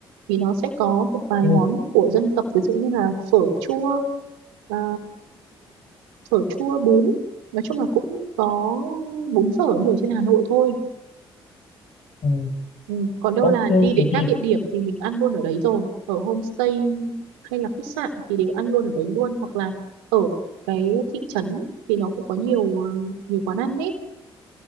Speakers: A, on the right; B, on the left.
A: Thì nó sẽ có một vài
B: ừ,
A: món của dân tộc ví dụ như là phở chua, à, phở chua bún. Nói chung là cũng có bún phở như ở trên Hà Nội thôi.
B: ừ.
A: Ừ. Còn đâu
B: ok
A: là
B: thế
A: đi đến
B: thì
A: các địa điểm thì mình ăn luôn ở đấy rồi ở homestay hay là khách sạn thì đều ăn luôn ở đấy luôn hoặc là ở cái thị trấn thì nó cũng có nhiều ờ, nhiều quán ăn đấy